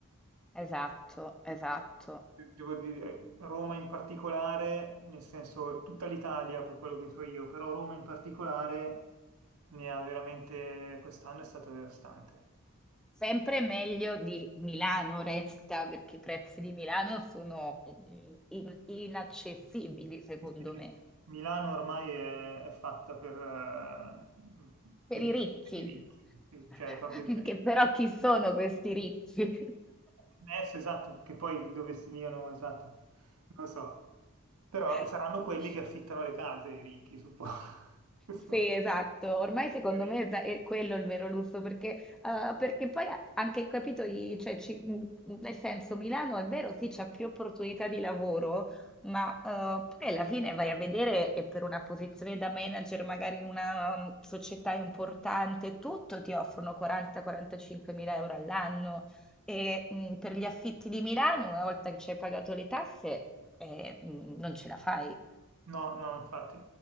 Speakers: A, in the centre; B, on the right.
A: esatto, esatto.
B: Devo dire, Roma in particolare, nel senso tutta l'Italia per quello che so io, però Roma in particolare ne ha veramente, quest'anno è stata devastante.
A: Sempre meglio di Milano resta, perché i prezzi di Milano sono mh, in- inaccessibili, secondo
B: Sì,
A: me,
B: Milano ormai è, è fatta per, eh,
A: per
B: per
A: i
B: i per
A: ricchi.
B: i ricchi, sì,
A: <laughs>
B: cioè proprio il
A: Che però chi sono questi ricchi?
B: messo, esatto, che poi dove stiano, esatto, non lo so, però
A: <laughs>
B: saranno quelli che affittano le case, i ricchi, suppongo. <laughs>
A: Sì, esatto, ormai secondo
B: Per-
A: me esa- è quello il vero lusso, perché, eh, perché poi a- anche capito, i- cioè, ci- mh, nel senso Milano è vero, sì, c'è più opportunità di lavoro, ma eh, poi alla fine vai a vedere e per una posizione da manager magari in una mm, società importante, tutto ti offrono 40-45 mila euro all'anno e mm, per gli affitti di Milano, una volta che ci hai pagato le tasse, eh, mm, non ce la fai
B: No, no, infatti,